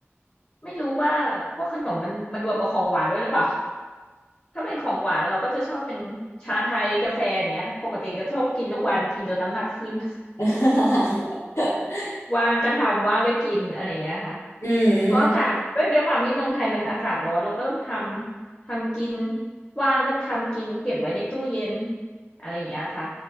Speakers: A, on the left (about 30°); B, on the left (about 80°).
A: ไม่รู้ว่าพวกขนมมันมันรวมกับของหวานด้วยหรือเปล่าถ้าเป็นของหวานเราก็จะชอบเป็นชาไทยกาแฟอย่างเงี้ยปกติก็ชอบกินทุกวันกินจนน้ำหนักขึ้น
B: <laughs>
A: ว่างก็ทำว่างก็กินอะไรอย่างเงี้ยค่ะ
B: อืม
A: เพราะอากาศด้วยด้วยความที่เมืองไทยมันอากาศร้อนเราก็ต้องทำทำกินว่างก็ทำกินเก็บไว้ในตู้เย็นอะไรอย่างเงี้ยค่ะ